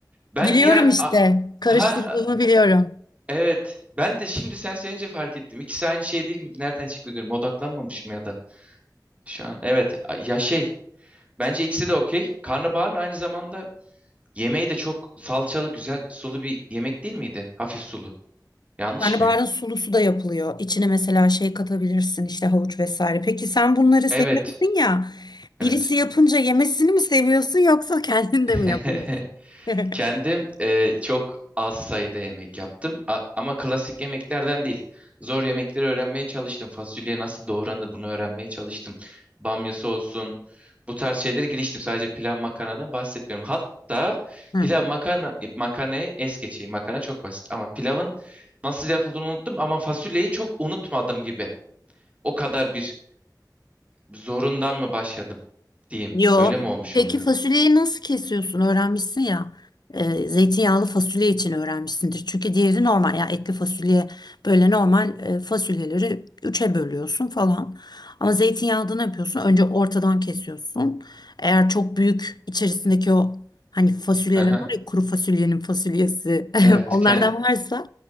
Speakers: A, on the right; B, on the left.
A: ben
B: Biliyorum
A: niye
B: işte.
A: A-
B: Karıştırdığımı
A: ha
B: biliyorum.
A: evet. Ben de şimdi sen söyleyince fark ettim. İkisi aynı şey değil miydi? Nereden çıktı diyorum. Odaklanmamışım ya da şu an. Evet. a- Ya şey bence ikisi de okey. Karnabaharın aynı zamanda yemeği de çok salçalı güzel sulu bir yemek değil miydi? Hafif sulu. Yanlış
B: Karnabaharın
A: mıyım?
B: sulusu da yapılıyor. İçine mesela şey katabilirsin işte havuç vesaire. Peki sen bunları seviyorsun
A: Evet.
B: ya.
A: Evet.
B: Birisi yapınca yemesini mi seviyorsun yoksa kendin
A: <laughs>
B: de mi yapıyorsun? <laughs>
A: Kendim e, çok az sayıda yemek yaptım. A- ama klasik yemeklerden değil. Zor yemekleri öğrenmeye çalıştım. Fasulye nasıl doğranır bunu öğrenmeye çalıştım. Bamyası olsun. Bu tarz şeylere giriştim. Sadece pilav makarnadan bahsetmiyorum. Hatta
B: Hı.
A: pilav makarna makarnayı es geçeyim. Makarna çok basit ama pilavın nasıl yapıldığını unuttum ama fasulyeyi çok unutmadım gibi. O kadar bir zorundan mı başladım diyeyim.
B: Yo.
A: Öyle mi olmuş
B: Peki
A: oluyor?
B: fasulyeyi nasıl kesiyorsun? Öğrenmişsin ya. Ee, zeytinyağlı fasulye için öğrenmişsindir. Çünkü diğeri normal ya etli fasulye böyle normal e, fasulyeleri üçe bölüyorsun falan. Ama zeytinyağlıda ne yapıyorsun? Önce ortadan kesiyorsun. Eğer çok büyük içerisindeki o hani fasulyeler
A: Hı hı.
B: var ya kuru fasulyenin fasulyesi
A: Evet,
B: <laughs> onlardan
A: ke-
B: varsa